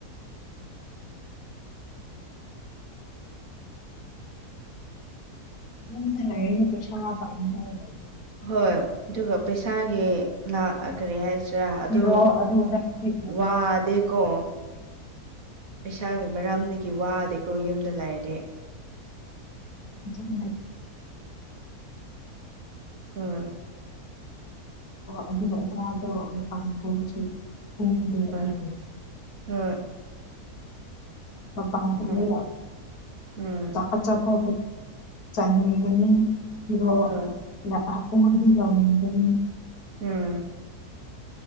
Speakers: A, on the left; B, on the right.
A: ꯌꯗ ꯂ ꯀꯩꯁꯥ ꯄꯥꯏ ꯃꯔꯔ ꯌꯥꯦ
B: ꯍꯣꯏ ꯑꯗꯨꯒ ꯄꯩꯁꯥꯒꯤ ꯂꯥ ꯀꯔꯤ ꯍꯥꯏꯁꯤꯔꯥ
A: ꯐꯤꯔꯣꯜ
B: ꯑꯗꯨ
A: ꯑꯗꯨ ꯑꯗꯥꯒꯤꯗꯤ
B: ꯋꯥꯗꯦꯀꯣ ꯄꯩꯁꯥꯒꯤ ꯃꯔꯝꯗꯒꯤ ꯋꯥꯗꯦꯀꯣ ꯌꯨꯝꯗ ꯂꯥꯏꯔꯗꯤ
A: ꯆꯗꯅꯤ
B: ꯎꯝ
A: ꯑꯗꯨꯒꯔ ꯑꯗꯨ ꯑꯗꯥꯥ ꯇꯧꯔ ꯃꯄꯥꯟ ꯊꯣꯛꯕꯁꯨ ꯎꯗꯦ ꯑꯗꯨꯒꯤ
B: ꯎꯝ ꯎꯝ
A: ꯄꯗꯔꯦ
B: ꯎꯝ ꯎꯝ
A: ꯑꯆꯥꯄꯣ ꯆꯥꯅꯤꯡꯒꯅꯤ ꯐꯤꯔꯣ
B: ꯎꯝ
A: ꯂꯄꯥ ꯄꯨꯡꯗꯤ ꯂꯧꯅꯤꯡꯒꯅꯤ
B: ꯎꯝ